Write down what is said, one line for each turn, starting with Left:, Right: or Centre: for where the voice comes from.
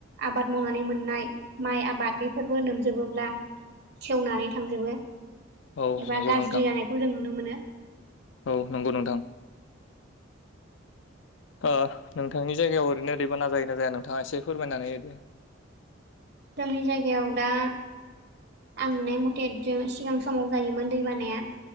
Right: आबाद मावनानै मोननाय माइ आबाद बेफोरबो लोमजोबोब्ला सेवनानै थांजोबो
Left: औ
Right: एबा
Left: नंगौ
Right: गाज्रि
Left: नोंथां
Right: जानायखौ जों नुनो मोनो।
Left: औ नंगौ नोंथां ओ नोंथांनि जायगायाव ओरैनो दैबाना जायो ना जाया नोंथांङा एसे फोरमायनानै होदो
Right: जोंनि जायगायाव दा आं नुनाय मथे जों सिगां समाव जायोमोन दै बानाया